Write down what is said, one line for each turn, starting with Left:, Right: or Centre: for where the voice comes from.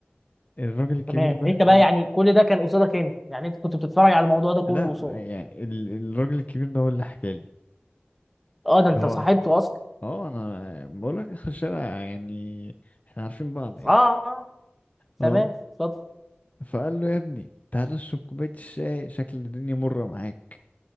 Left: الراجل الكبير
Centre: تمام
Left: ده
Centre: انت بقى يعني كل ده كان قصادك انت يعني انت كنت بتتفرج على الموضوع ده كله
Left: لا
Centre: قصاد
Left: يعني ال- الراجل الكبير ده هو اللي حكالي
Centre: اه ده
Left: ده
Centre: انت
Left: هو
Centre: صاحبته اصلا
Left: اه انا بقول لك اخر الشارع يعني احنا عارفين بعض يعني
Centre: اه اه تمام
Left: اه
Centre: اتفضل
Left: فقال له يا ابني تعالى اشرب كوبايه الشاي شكل الدنيا مره معاك